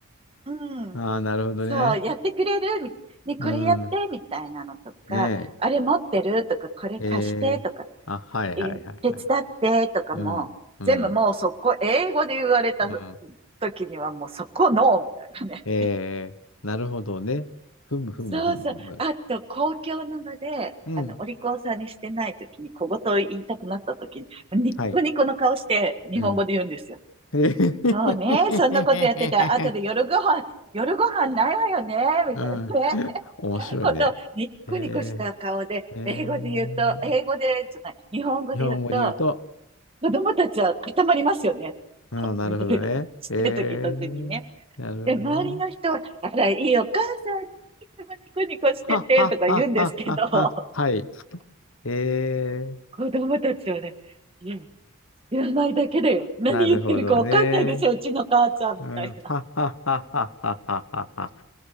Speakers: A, on the right; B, on the left.
A: うん、
B: ああ、なるほどね。
A: そう、やってくれるみたいな。ね、
B: うん。
A: これやってみたいなのとか、
B: ね
A: あれ持ってるとか、これ貸してとか、
B: え。えー。あ、はいはいはいはい。
A: 手伝ってとかも、
B: うん。うん。
A: 全部もうそこ、英語で言われた
B: うん。
A: 時にはもうそこの、みたいなね。
B: えー、なるほどね。ふむふむふむふむ。
A: そうそう。あと、公共の場で、
B: うん。
A: あの、お利口さんにしてない時に、小言を言いたくなった時に、ニッコニコの顔して日本語で言うんですよ。
B: はい。うん。えへへ
A: そうね。そんなことやってたら、
B: へへへへへ
A: 後で夜ご飯、夜ご飯ないわよね、みたいなね。
B: うん。<laughs> 面白いね。
A: <laughs> ことをニッコニコした顔で、
B: えー、えー、
A: 英語で言うと、英語で、じゃない、日本語で言うと、
B: 日本語で言うと、
A: 子供たちは固まりますよね。
B: ああ、
A: <laughs>
B: なるほどね。
A: みたいな。ちっちゃい時特にね。
B: えー、なるほどね。
A: で、周りの人は、あら、いいお母さん、いつもニコニコしてて、
B: はははははは。
A: とか言うんですけど、<laughs>
B: はい。えー、
A: 子供たちはね、いや、知らないだけだよ。何言ってるかわかんないでしょ、
B: なるほどね。
A: うちの母ちゃん、
B: うん。
A: みたいな。
B: はははははははは。